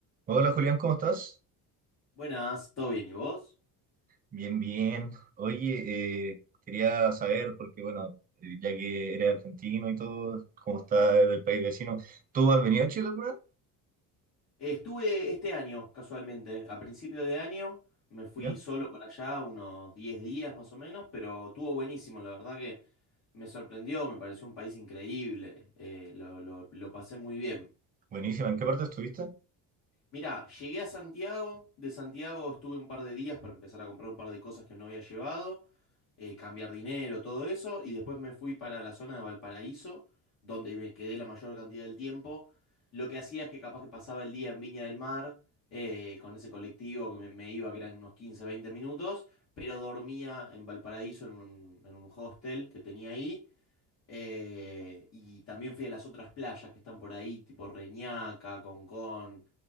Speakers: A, on the right; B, on the left.
A: Hola Julián, ¿cómo estás?
B: Buenas, ¿todo bien? ¿Y vos?
A: Bien, bien. Oye, eh, quería saber, porque bueno, eh, ya que eres argentino y todo, ¿cómo está del país vecino? ¿Tú has venido a Chile alguna vez?
B: Estuve este año, casualmente, a principio de año, me fui
A: Mira,
B: solo para allá unos 10 días más o menos, pero estuvo buenísimo, la verdad que me sorprendió, me pareció un país increíble, eh, lo, lo- lo pasé muy bien.
A: buenísima. ¿En qué parte estuviste?
B: Mirá, llegué a Santiago, de Santiago estuve un par de días para empezar a comprar un par de cosas que no había llevado, eh, cambiar dinero, todo eso, y después me fui para la zona de Valparaíso, donde me quedé la mayor cantidad del tiempo. Lo que hacía es que capaz que pasaba el día en Viña del Mar, eh, con ese colectivo que me, me iba, que eran unos 15, 20 minutos, pero dormía en Valparaíso en un, en un hostel que tenía ahí. eh, y también fui a las otras playas que están por ahí, tipo Reñaca, Concón.